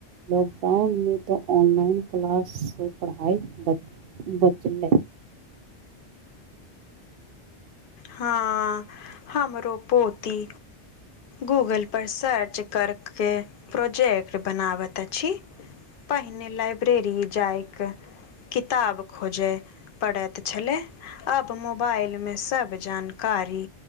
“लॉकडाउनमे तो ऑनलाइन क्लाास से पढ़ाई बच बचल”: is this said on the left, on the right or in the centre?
Right